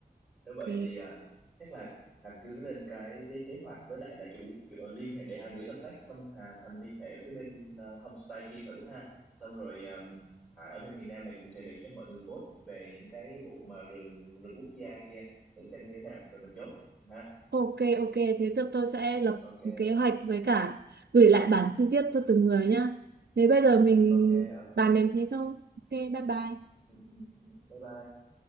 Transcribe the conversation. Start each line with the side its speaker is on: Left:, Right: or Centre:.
Centre: nếu vậy
Right: Ok
Centre: thì à, chắc là Thành cứ lên cái cái kế hoạch với lại là chủ, chủ liên hệ để hai gửi contact xong Hà Thành liên hệ với bên à, homestay kia thử ha xong rồi à, Hà ở bên miền Nam này cũng sẽ để cho mọi người vote về những cái vụ mà rừng rừng quốc gia kia thử xem như thế nào rồi mình chốt ha
Right: ok ok thế tôi, tôi sẽ lập
Centre: ok
Right: một kế hoạch với cả gửi lại bản chi tiết cho từng người nhá Thế bây giờ mình
Centre: ok ok
Right: bàn đến thế thôi Ok bye bye
Centre: Ừ, ừ. Bye bye.